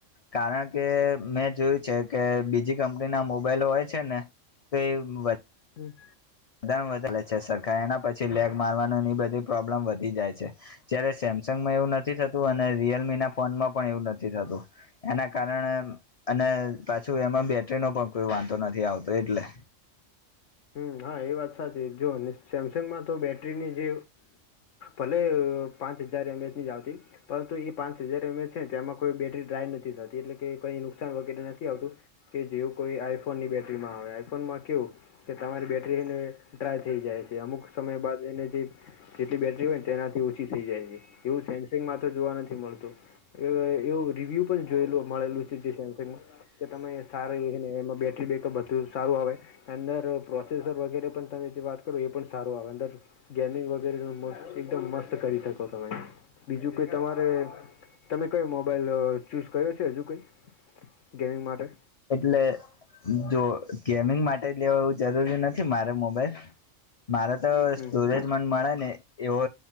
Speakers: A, on the left (about 40°); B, on the left (about 75°).
A: કારણ કે મેં જોયું છે કે બીજી કંપનીના મોબાઈલો હોય છે ને તે વધ
B: હમ
A: વધામાં વધ લે છે સરખા એના પછી લેગ મારવાનું ને ઈ બધી પ્રોબ્લેમ વધી જાય છે. જ્યારે સેમસંગમાં એવું નથી થતું અને રિયલમીના ફોનમાં પણ એવું નથી થતું. એના કારણે અને પાછું એમાં બેટરીનો પણ કોઈ વાંધો નથી આવતો એટલે.
B: હમ હા એ વાત સાચી. જો ને સેમસંગમાં તો બેટરીની જે ભલે પાંચ હજાર એમ એચની જ આવતી. પરંતુ એ પાંચ હજાર એમ એચ હે તે એમાં કોઈ બેટરી ડ્રાય નથી થતી એટલે. કે કઈ નુકસાન વગેરે નથી આવતું કે જેવું કોઈ આઈફોનની બેટરીમાં આવે. આઈફોનમાં કેવું કે તમારી બેટરી હેને ડ્રાય થઈ જાય છે. અમુક સમય બાદ એને જે જેટલી બેટરી હોય ને તેનાથી ઓછી થઈ જાય છે. એવું સેમસંગમાં તો જોવા નથી મળતું. એવું રિવ્યુ પણ જોયેલુ મળેલું છે જે સેમસંગમાં. કે તમે સારા હે ને એમાં બેટરી બેકઅપ બધું સારું આવે. અંદર પ્રોસેસર વગેરે પણ તમે જે વાત કરો એ પણ સારું આવે અંદર. ગેમિંગ વગેરે એકદમ મસ્ત કરી શકો તમે. બીજું કઈ તમારે તમે કયો મોબાઈલ ચૂઝ કર્યો છે હજુ કઈ, ગેમિંગ માટે?
A: એટલે જો ગેમિંગ માટે લેવું જરૂરી નથી મારે મોબાઈલ. મારે તો
B: હમ
A: સ્ટોરેજ
B: હમ
A: મને મળે ને એવો